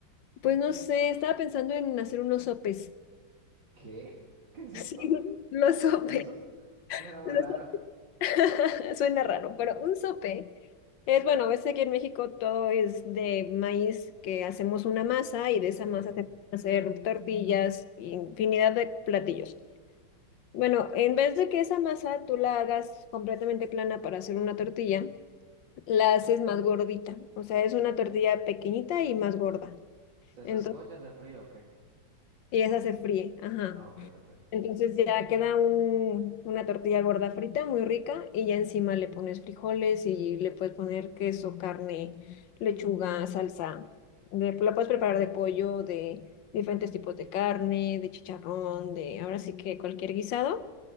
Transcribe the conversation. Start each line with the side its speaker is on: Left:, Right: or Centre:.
Left: Pues no sé, estaba pensando en hacer unos sopes. <laughs>
Right: ¿Qué? ¿Qué es eso?
Left: Sí, los
Right: ¿Qué
Left: sopes.
Right: es eso? Suena muy
Left: Los-
Right: raro.
Left: <laughs> Suena raro, pero un sope es, bueno, ves que aquí en México todo es de maíz, que hacemos una masa y de
Right: Sí.
Left: esa masa se pueden hacer tortillas, infinidad de platillos. Bueno, en vez de que esa masa tú la hagas completamente plana para hacer una tortilla, la haces más gordita. O sea, es una tortilla pequeñita y más gorda.
Right: ¿Se
Left: Entonces,
Right: sancocha, se frío o qué?
Left: y esa se fríe, ajá.
Right: Ah, ok, ok.
Left: Entonces ya queda un- una tortilla gorda frita, muy rica, y ya encima le pones frijoles y le puedes poner queso, carne, lechuga, salsa. De- la puedes preparar de pollo, de diferentes tipos de carne, de chicharrón, de ahora sí que cualquier guisado.